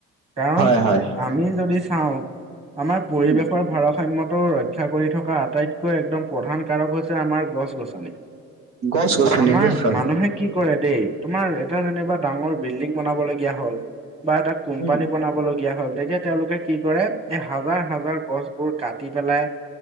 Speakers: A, on the right; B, on the right.
A: কাৰণ
B: হয় হয়
A: আমি যদি চাওঁ, আমাৰ পৰিৱেশৰ
B: উম
A: ভাৰসাম্যত ৰ ক্ষা কৰি থকা আটাইতকৈ একদম প্ৰধান কাৰক হৈছে আমাৰ গছ - গছনি।
B: গছ গছনি
A: আমাৰ
B: নিশ্চয়
A: মানুহে কি কৰে দেই, তোমাৰ এটা যেনিবা ডাঙৰ বিল্ডিং বনাবলগীয়া হ'ল বা এটা কোম্পানী
B: উম
A: বনাবলগীয়া হ'ল, তেতিয়া তেওঁলোকে কি কৰে এই হাবাৰ - হাবাৰ গছবোৰ কাটি পেলাই